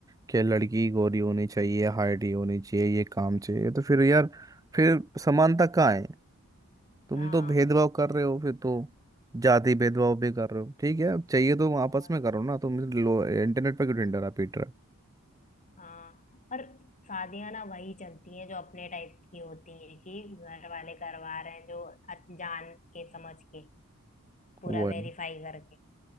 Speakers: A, on the right; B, on the left.
A: क्या लड़की गोरी होनी चाहिए हाइट ही होनी चाहिए ये काम चाहिए तो फिर यार फिर समानता कहाँ है तुम
B: हाँ
A: तो भेदभाव कर रहे हो फिर तो जाति भेदभाव भी कर रहे हो ठीक है अब चाहिए तो आपस
B: और
A: में करो ना तुम लो इंटरनेट पर क्यों ढिंढोरा पीट रहे
B: हाँ और शादियां ना वही चलती हैं जो अपने टाइप की होती हैं कि घर वाले करवा रहे हैं जो अ- जान के समझ के पूरा
A: हो वो है
B: वेरीफाई करके